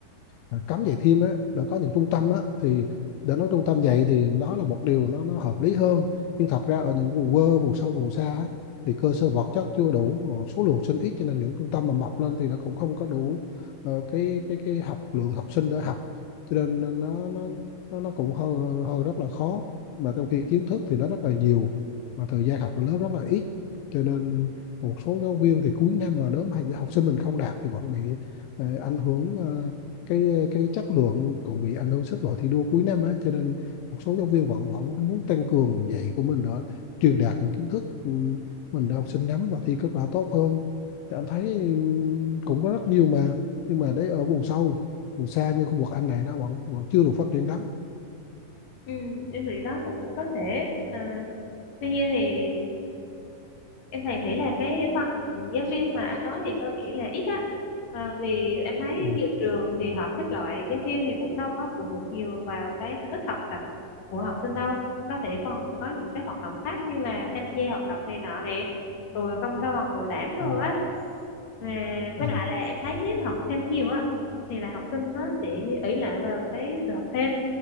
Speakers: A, on the left; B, on the left.
A: à, cấm dạy thêm á đã có những trung tâm á thì để nói trung tâm dạy thì đó là một điều nó nó hợp lý hơn nhưng thật ra ở những vùng quê vùng sâu vùng xa á, thì cơ sở vật chất chưa đủ ờ, số lượng sinh ít cho nên những trung tâm mà mọc lên thì nó cũng không có đủ ờ, cái cái cái học lượng học sinh để học cho nên nó nó nó nó cũng hơi hơi rất là khó mà trong khi kiến thức thì nó rất là nhiều mà thời gian học của lớp rất là ít cho nên một số giáo viên thì cuối năm mà nếu mà học sinh mình không đạt thì vẫn bị ờ, ảnh hưởng ờ, cái cái chất lượng cũng bị ảnh hưởng xếp loại thi đua cuối năm á cho nên một số giáo viên vẫn vẫn muốn tăng cường dạy của mình để truyền đạt những kiến thức ừ, mình để học sinh nắm và thi kết quả tốt hơn thì anh thấy ừ, cũng có rất nhiều mà nhưng mà đấy ở vùng sâu vùng xa như khu vực anh này nó vẫn vẫn chưa được phát triển lắm
B: ừ, em nghĩ đó cũng có thể à, tuy nhiên thì em thì nghĩ là cái phần giáo viên mà anh nói thì có vẻ là ít á à, vì em thấy
A: Ừ.
B: nhiều trường thì họ xếp loại giáo viên thì cũng đâu có phụ thuộc nhiều vào cái thành tích học tập của học sinh đâu có thể còn có những cái hoạt động khác như là tham gia hoạt động này nọ nè rồi công đoàn rồi đảng đồ
A: ừ. Ừ.
B: á mà
A: à.
B: với lại là em thấy nếu mà học thêm nhiều á thì là học sinh nó sẽ ỷ lại vào cái sự học thêm